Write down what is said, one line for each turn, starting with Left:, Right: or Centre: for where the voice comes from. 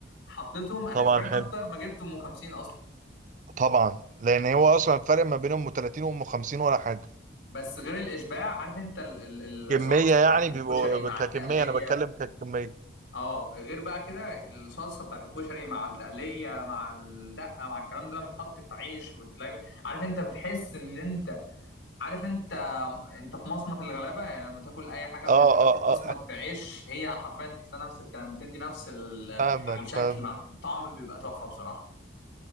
Left: حطيتهم أنا
Right: طبعا
Left: شبعت
Right: حلو
Left: أكتر ما جبتهم 50 أصلا
Right: طبعا لان هو اصلا الفرق ما بينهم 30 وام 50 ولا حاجه
Left: بس غير الإشباع عارف أنت ال- ال- الصلصة
Right: كميه يعني
Left: بتاعت الكشري
Right: بيبقوا
Left: مع
Right: ككميه
Left: التقلية
Right: انا بتكلم ككميه
Left: أه غير بقى كده الصلصة بتاعت الكشري مع التقلية مع الدقة مع الكلام ده لما تحط في عيش وتلاقي عارف أنت بتحس إن أنت عارف انت انت في مصمت الغلابه يعني لما تاكل اي حاجه
Right: اه
Left: من الحاجات
Right: اه
Left: في مصمت
Right: اه
Left: في عيش هي حرفيا تحسها نفس الكلام بتدي نفس ال-
Right: <laughs> فاهمك
Left: الشكل
Right: فاهمك
Left: مع الطعم بيبقى تحفه بصراحه